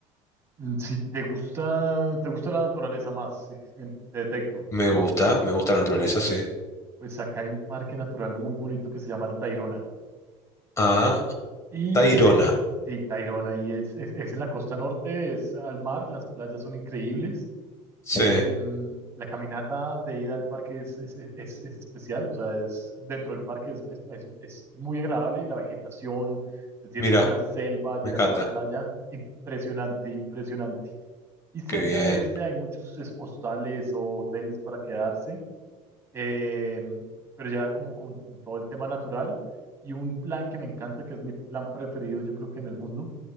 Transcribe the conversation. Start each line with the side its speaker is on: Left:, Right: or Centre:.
Right: Mm, Si te gusta, te gusta la naturaleza más, si- en- te detecto
Left: Me
Right: o
Left: gusta,
Right: no.
Left: me gusta la naturaleza, sí.
Right: Pues acá hay un parque natural muy bonito que se llama el Tayrona.
Left: Ah,
Right: Y
Left: Tayrona.
Right: en es, sí, Tayrona, y es, es, es en la costa norte, es al mar, las playas son increíbles.
Left: Sí,
Right: Em, la caminata de ida al parque es, es, es- es especial, o sea, es dentro del parque es, es, es es muy agradable y la vegetación, te sientes
Left: mira,
Right: en la selva, llegas
Left: me encanta.
Right: a la playa. Impresionante, impresionante. Y cerca
Left: Qué bien.
Right: de este hay muchos es- hostales o hoteles para quedarse, eh, pero ya como con todo el tema natural. Y un plan que me encanta, que es mi plan preferido, yo creo que en el mundo,